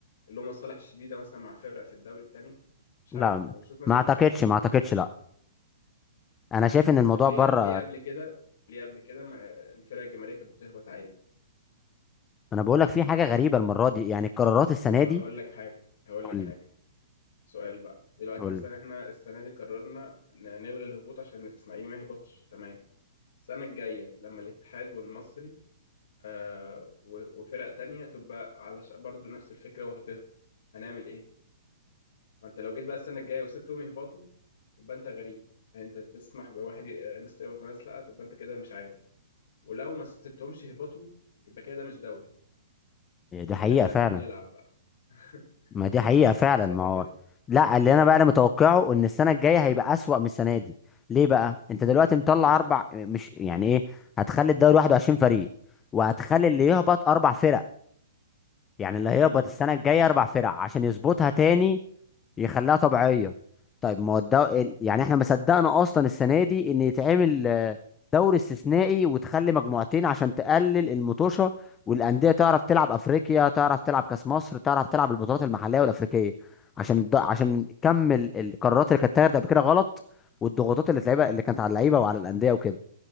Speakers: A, on the left (about 65°); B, on the left (about 15°).
A: اللي هم مصالح شديدة مثلا مع فرق في الدوري التاني مش
B: لا
A: عارف يعني بشوف مثلا
B: ما اعتقدش
A: إيه.
B: ما اعتقدش لا انا شايف ان الموضوع
A: طب ليه
B: بره
A: ليه قبل كده ليه قبل كده ما الفرق الجماهيرية كانت بتهبط عادي
B: انا بقول لك في حاجه غريبه المره دي يعني القرارات السنه
A: طب هقول
B: دي
A: لك حاجة هقول
B: قول
A: لك حاجة
B: لي
A: سؤال بقى دلوقتي
B: قول
A: مثلا احنا السنة دي قررنا ن- نلغي الهبوط عشان الإسماعيلي ما يهبطش تمام السنة الجاية لما الاتحاد والمصري آه و- وفرق تانية تبقى على ش- برضو نفس الفكرة وهتهبط هنعمل ايه؟ ما انت لو جيت بقى السنة الجاية وسبتهم يهبطوا تبقى انت غريب يعني انت تسمح بواحد ي- آه، الناس تهبط وناس لا تبقى انت كده مش عادل ولو ما سبتهمش يهبطوا يبقى كده ده مش دوري
B: لي دي
A: ده
B: حقيقه
A: كده احنا
B: فعلا
A: قاعدين بنلعب بقى <laughs>
B: ما دي حقيقة فعلا
A: انا شايفها
B: ما هو
A: كده
B: لا اللي انا بقى انا متوقعه ان السنة الجاية هيبقى اسوأ من السنة دي ليه بقى انت دلوقتي مطلع
A: قول
B: اربع مش يعني ايه هتخلي الدوري 21 فريق وهتخلي اللي
A: غريبة
B: يهبط اربع فرق يعني اللي هيهبط
A: امم
B: السنة الجاية اربع فرق عشان يظبطها تاني يخليها طبيعيه طيب ما هو الدو... ال- يعني احنا ما صدقنا اصلا السنه دي ان يتعمل آه، دوري استثنائي وتخلي مجموعتين عشان تقلل المطوشه والانديه تعرف تلعب افريقيا تعرف تلعب كاس مصر تعرف تلعب البطولات المحليه والافريقيه عشان الد... عشان كم ال- القرارات اللي كانت اتاخدت قبل كده غلط والضغوطات اللي اتلعبها اللي كانت على اللعيبه وعلى الانديه وكده